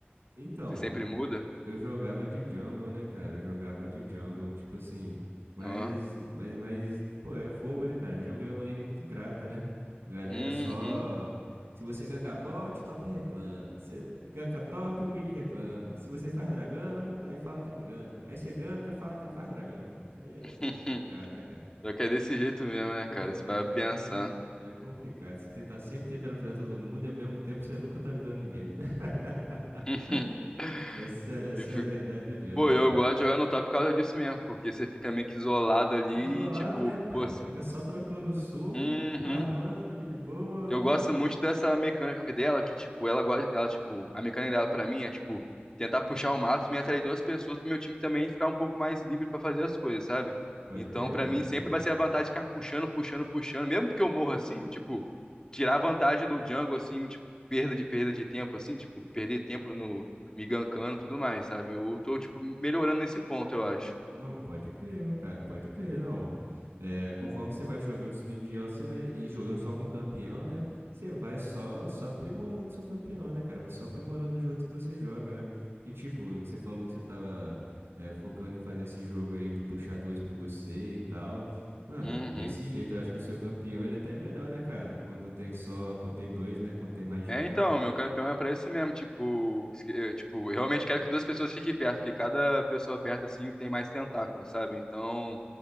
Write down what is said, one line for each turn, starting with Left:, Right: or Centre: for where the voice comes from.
Right: Então,
Left: Você sempre muda?
Right: Eu jogava de jungle, né, cara? Eu jogava de jungle, tipo assim. Mas,
Left: Ó.
Right: mas, mas, pô, é fogo, né, cara? Jungle é uma lane muito ingrata, né? Galera
Left: Uhum.
Right: só. Se você ganka bot, o top reclama. Se ganka top, o mid reclama. Se você faz dragão, aí fala que não ganka. Aí você ganka, fala que não faz dragão. Aí é,
Left: <laughs>
Right: é complicado, né, cara?
Left: Só que é desse jeito mesmo,
Right: Pô,
Left: né, cara?
Right: jogar
Left: Você vai
Right: jungle
Left: pensar.
Right: é complicado. Você tenta sempre tentando ajudar todo mundo e ao mesmo tempo você nunca tá ajudando ninguém. <laughs>
Left: <laughs>
Right: Essa, essa
Left: E fica-
Right: é a verdade do jungle,
Left: Pô, eu
Right: cara.
Left: gosto de jogar no top por causa disso mesmo, porque você fica meio que isolado ali
Right: Isolado,
Left: e, tipo,
Right: né, pai?
Left: pô,
Right: Fica só trocando soco,
Left: Uhum.
Right: farmando ali de boa,
Left: Eu
Right: né?
Left: gosto muito dessa mecânica que- dela, que, tipo, ela gosta, ela, tipo, a mecânica dela pra mim é, tipo, tentar puxar o máximo e atrair duas pessoas pro meu time também ficar um pouco mais livre pra fazer as coisas, sabe?
Right: Pode
Left: Então,
Right: crer,
Left: pra
Right: pode
Left: mim,
Right: crer.
Left: sempre vai ser a vantagem de ficar puxando, puxando, puxando, mesmo que eu morra assim, tipo, tirar a vantagem do jungle, assim, tipo, perda de, perda de tempo, assim, tipo, perder tempo no me gankando e tudo mais, sabe? Eu tô, tipo, melhorando nesse ponto, eu acho.
Right: Não, pode crer, meu cara, pode crer, não. É, conforme você vai jogando, subindo de elo, você vai e jogando só com campeão, né? Você vai só só aprimorando seu campeão, né, cara? Vai só aprimorando o jogo que você joga, né? E tipo, o que você falou que você tava é, focando em fazer esse jogo aí de puxar dois pra você e tal. Mano,
Left: Uhum.
Right: é desse jeito, eu acho que o seu campeão ele até é melhor, né, cara? Quando tem só, quando tem dois, né? Quando tem mais de
Left: É,
Right: um,
Left: então,
Right: né?
Left: meu campeão é pra isso mesmo, tipo, eu, tipo, eu realmente quero que duas pessoas fiquem perto, porque cada pessoa perto, assim, tem mais tentáculos, sabe? Então,